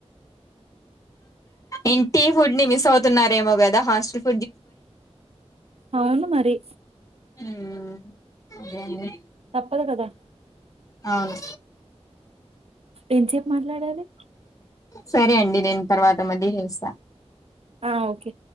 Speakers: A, on the left; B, on the right.
A: ఇంటి ఫుడ్ ని మిస్ అవుతున్నారేమో కదా హాస్టల్ ఫు
B: అవును మరి
A: ఉమ్ ఇంకేమి
B: తప్పదు కదా
A: అవును
B: ఎంతసేపు మాట్లాడాలి
A: సరే అండి నేను తర్వాత మళ్ళీ చేస్తా
B: ఆ ఓకే